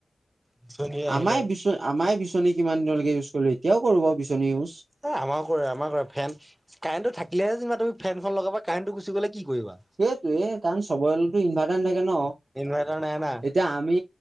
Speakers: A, on the right; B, on the right.
A: বিচনী আহিলে।
B: আমাই বিচ আমাই বিচনী কিমান দিনলৈকে ইউজ কৰিলো, এতিয়াও কৰো বাৰু বিচনী ইউজ।
A: এ আমাৰো কৰে আমাৰ কৰে ফেন কাৰেণ্টটো থাকিলেহে যেনিবা তুমি ফেনখন লগাবা কাৰেণ্টটো গুচি গ'লে কি কৰিবা?
B: সেইটোৱে কাৰণ চবৰেতো ইনভাৰ্টাৰ নথাকে ন
A: ইনভাৰ্টাৰ নাই না
B: এতিয়া আমি